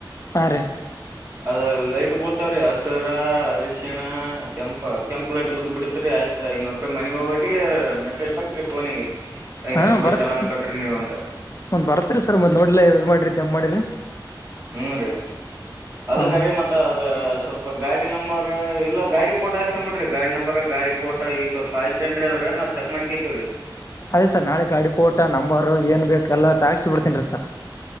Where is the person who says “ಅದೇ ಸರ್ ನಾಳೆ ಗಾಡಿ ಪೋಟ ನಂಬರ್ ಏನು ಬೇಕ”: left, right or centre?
Left